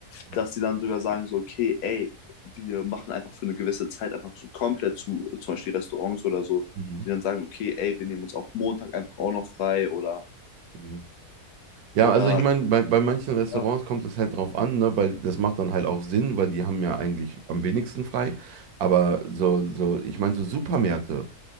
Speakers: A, on the right (about 75°); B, on the left (about 75°).
A: Mhm.
B: dass sie dann sogar sagen, so, okay, ey, wir machen einfach für eine gewisse Zeit einfach so komplett zu, zum Beispiel Restaurants oder so,
A: Mhm.
B: die dann sagen, okay, ey, wir nehmen uns auch Montag einfach auch noch frei oder,
A: Ja. Ja,
B: oder,
A: also ich meine, bei, bei manchen Restaurants
B: ja,
A: kommt es halt drauf an, ne, weil das macht dann halt auch Sinn, weil die haben ja eigentlich am wenigsten frei. Aber so, so, ich meine, so Supermärkte.